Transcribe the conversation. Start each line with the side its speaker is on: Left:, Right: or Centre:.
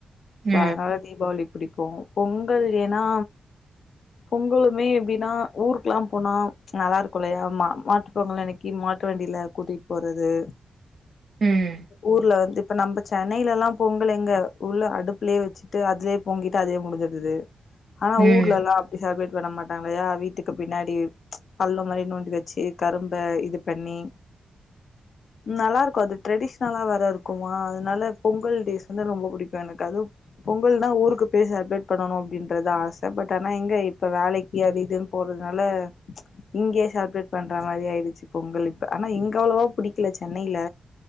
Left: சோ
Right: ம்
Left: அதனால தீபாவளி பிடிக்கு பொங்கல் ஏன்னா பொங்கலுமே எப்டின்னா ஊருக்ல்லா போனா நல்லா இருக்கு இல்லயா மா மாட்டு பொங்கல் அன்னக்கி மாட்டு வண்டியில கூட்டிட் போறது
Right: ம்
Left: ஊர்ல வந்து இப்ப நம்ப சென்னையிலல்லா பொங்கல் எங்க உள்ள அடுப்புலயே வச்சுட்டு அதுலயே பொங்கிட்டு அதே முடிஞ்சடுது ஆனா
Right: ம்
Left: ஊர்லல்லா அப்டி செலிப்ரேட் பண்ண மாட்டாங்கல்லயா வீட்டுக்கு பின்னாடி பள்ளோ மாரி நோண்டி வச்சு கரும்ப இது பண்ணி நல்லாருக்கு அது ட்ரெடிஷ்னலா வேற இருக்குமா அதுனால பொங்கல் டேஸ்ஸு வந்து ரொம்ப புடிக்கு எனக்கு அதுவு பொங்கல்னா ஊருக்கு போய் செலப்ரேட் பண்ணணு அப்டின்றத்தா ஆச பட் ஆனா எங்க இப்ப வேலைக் கு அது இதுன் போறதுனால இங்கயே செலப்ரேட் பண்ற மாரி ஆயிடுச்சு பொங்கல் இப்ப ஆனா இங்க அவ்வளவா புடிக்கல சென்னைல